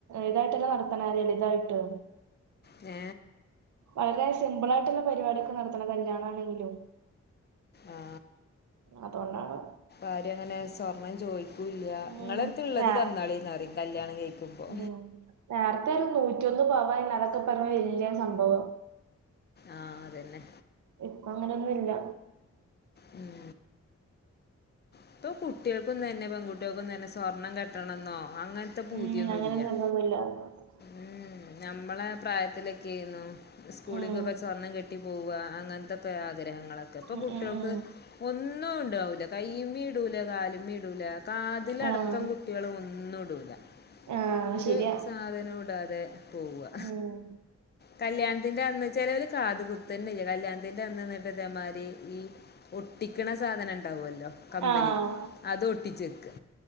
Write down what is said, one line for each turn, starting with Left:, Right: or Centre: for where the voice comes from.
Right: ഇതായിട്ടെല്ലാം നടത്തണ ചെറുതായിട്ട്
Left: ഏ
Right: വളരെ സിമ്പിൾ ആയിട്ടുള്ള പരിപാടൊക്കെ നടത്തണം കല്യാണം ആണെങ്കിലും
Left: ആ
Right: അതുകൊണ്ടാണ്
Left: ആരും അങ്ങനെ സ്വർണ്ണം ചോദി- ഇല്ല
Right: ഉം
Left: നിങ്ങൾ അടുത്ത് ഉള്ളത്
Right: നേ
Left: തന്നാളിന്ന് പറയും കല്യാണം കഴിക്കുമ്പോ
Right: ഉം നേരത്തെ ഒരു നൂറ്റൊന്ന് പവൻ അതൊക്കെ പറഞ്ഞ വലിയ സംഭവ
Left: ആ അതന്നെ
Right: ഇപ്പൊ അങ്ങനെയൊന്നുമില്ല.
Left: ഉം. ഇപ്പൊ കുട്ടികൾക്കും തന്നെ പെൺകുട്ടികൾക്കും തന്നെ സ്വർണ്ണം കെട്ടണമെന്നോ അങ്ങനത്തെ പൂതിയൊന്നും
Right: ഉം
Left: ഇല്ല
Right: <inaudible>
Left: ഉം നമ്മളെ പ്രായത്തിലൊക്കെ ആയിരുന്നു സ്കൂളിലൊക്കെ
Right: ഉം
Left: സ്വർണം കിട്ടി കിട്ടി പോവാ അങ്ങനത്തെൊക്കെ ആഗ്രഹങ്ങളൊക്കെ ഇപ്പൊ
Right: ഉം
Left: കുട്ടികൾക്ക്
Right: ഉം ഉം
Left: ഒന്നും ഉണ്ടാവൂല്ല കൈയിമേ ഇടൂല കാലമേ ഇടൂല കാതിൽ അടക്കം
Right: ആഹ്
Left: കുട്ടികൾ ഒന്നും ഇടൂല
Right: ആഹ്
Left: ഒരു
Right: ശരിയാ
Left: സാധനം ഇടാതെ പോവുക
Right: ഉം
Left: കല്യാണത്തിന്റെ അന്ന് ചിലവർ കാത് കുത്തന്നില്ല കല്യാണത്തിന്റെ അന്ന് നിന്നിട്ട് ഇതേമാതിരി ഈ ഒട്ടിക്കണ സാധനം ഉണ്ടാവല്ലോ കമ്മൽ
Right: ആഹ്
Left: അത് ഒട്ടിച്ചെക്കാ